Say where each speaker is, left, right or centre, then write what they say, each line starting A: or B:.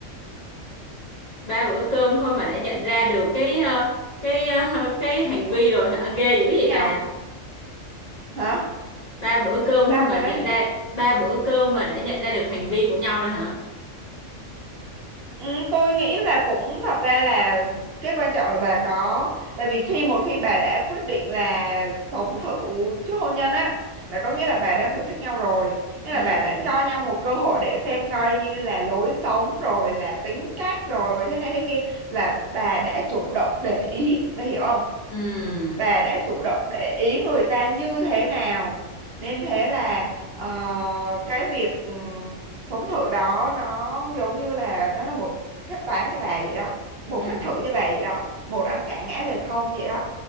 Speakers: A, on the left; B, on the right.
A: ba bữa cơm thôi mà đã nhận ra được cái ờ, cái ờ, <laughs> cái hành vi rồi hả ghê dữ
B: khác
A: vậy
B: nhau
A: bà
B: hả
A: ba bữa cơm
B: sao
A: thôi mà
B: bà nói
A: nhận
B: gì
A: ra ba bữa cơm mà đã nhận ra được hành vi của nhau rồi hả
B: Ừ, tôi nghĩ là cũng thật ra là cái quan trọng là bà có tại vì khi một khi bà đã quyết định là sống thử trước hôn nhân á là có nghĩa là bà đang thử thách nhau rồi nghĩa
A: ừ
B: là bà đã cho nhau một cơ hội để xem coi như là lối sống rồi là tính cách rồi thế này thế kia là bà đã chủ động để ý bà hiểu không
A: ừ
B: bà đã chủ động để ý người ta như thế nào nên thế là ờ, cái việc ừm, sống thử đó nó giống như là nó là một phép toán cho bà vậy đó một
A: ừ
B: phép thử cho bà vậy đó một ăn cả ngã về không vậy đó